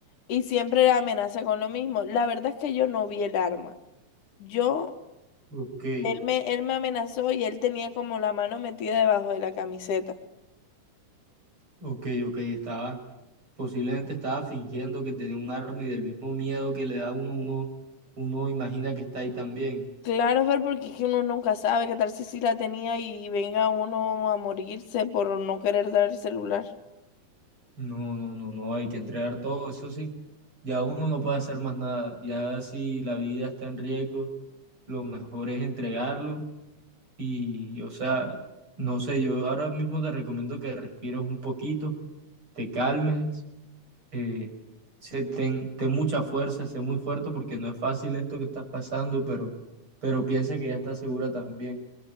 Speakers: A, on the left; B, on the right.
A: y siempre la amenaza con lo mismo. La verdad es que yo no vi el arma. Yo,
B: Ok,
A: él me, él me amenazó y él tenía como la mano metida debajo de la camiseta.
B: ok, ok, estaba. Posiblemente estaba fingiendo que tenía un arma y del mismo miedo que le da a uno, uno, uno imagina que está ahí también.
A: Claro, Fer, porque es que uno nunca sabe qué tal si sí la tenía y venga uno a morirse por no querer dar el celular.
B: No, no, no, no, hay que entregar todo, eso sí. Ya uno no puede hacer más nada. Ya si la vida está en riesgo, lo mejor es entregarlo. Y, o sea, no sé, yo ahora mismo te recomiendo que respires un poquito, te calmes, eh, se- ten, ten mucha fuerza, sé muy fuerte porque no es fácil esto que estás pasando, pero, pero piensa que ya estás segura también.